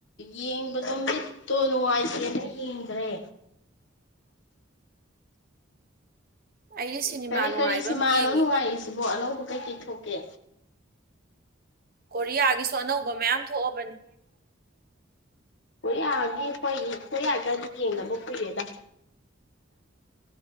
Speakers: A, on the left (about 60°); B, on the right (about 45°).
A: ꯌꯦꯡꯕꯗꯣ ꯃꯤꯠꯇꯣ ꯅꯨꯡꯉꯥꯏꯇꯦꯅ ꯌꯦꯡꯗ꯭ꯔꯦ
B: ꯑꯩꯗꯤ ꯁꯤꯅꯦꯃꯥ
A: ꯀꯔꯤ
B: ꯅꯨꯡꯉꯥꯏꯕ
A: ꯀꯔꯤ ꯁꯤꯅꯤꯃꯥꯅꯣ
B: ꯑꯃ ꯌꯦꯡꯉꯤ
A: ꯅꯨꯡꯉꯥꯏꯔꯤꯁꯤ ꯑꯅꯧꯕ ꯀꯩ ꯀꯩ ꯊꯣꯛꯀꯦ
B: ꯀꯣꯔꯤꯌꯥꯒꯤꯁꯨ ꯑꯅꯧꯕ ꯃꯌꯥꯝ ꯊꯣꯛꯑꯕꯅꯤ
A: ꯀꯣꯔꯤꯌꯥꯑꯤ ꯑꯩꯈꯣꯏ ꯀꯣꯔꯤꯌꯥꯗꯤ ꯌꯦꯡꯗꯅꯕ ꯀꯨꯏꯔꯦꯗ